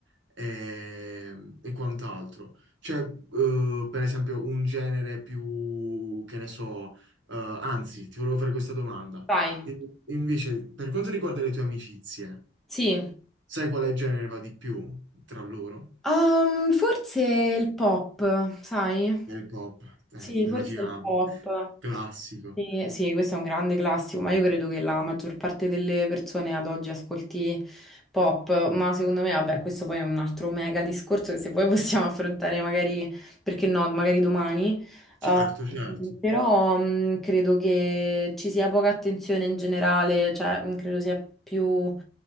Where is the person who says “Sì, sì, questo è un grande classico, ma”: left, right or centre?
Centre